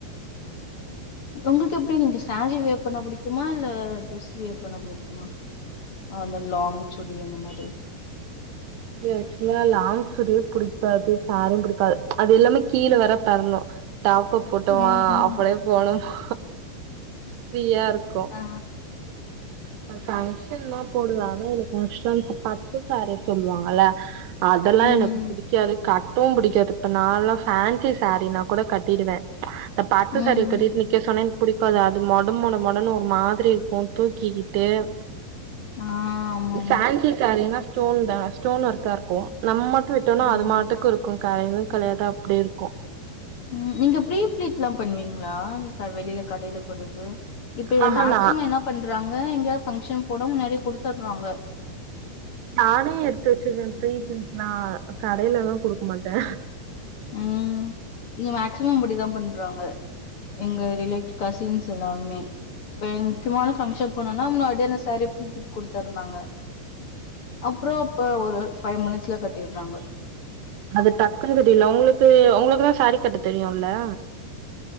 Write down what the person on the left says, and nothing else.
உங்களுக்கு எப்படி நீங்க சேரி வியர் பண்ண புடிக்குமா இல்ல ட்ரெஸ் வியர் பண்ண பிடிக்குமா அந்த லாங்சுடி அந்த மாதிரி
ம்.
ஆ.
ம்.
ம்.
ஆ ஆமாமா.
ம்.
ம் நீங்க ப்பீரி ப்ளீட்லா பண்ணுவீங் நா க வெளில கடைல கொடுத்து இப்பயே
மேக்சிமோ
என்ன பண்றாங்க எங்கயாவ் ஃபங்க்ஷன் போட முன்னாடியே குடுத்துர்றாங்க
உம் இங்க மேக்சிமம் அப்பிடிதா பண்றாங்க எங்க ரிலேட் கசின்ஸ் எல்லாருமே இப்ப முக்கியமான ஃபங்க்ஷன் போனோனா முன்னாட்யே அந்தஸ் சரிப்பன்னி குடுத்தருனாங்க அப்றோப்ப ஒரு ஃபைவ் மினிட்ஸ்ல கட்டிட்றாங்க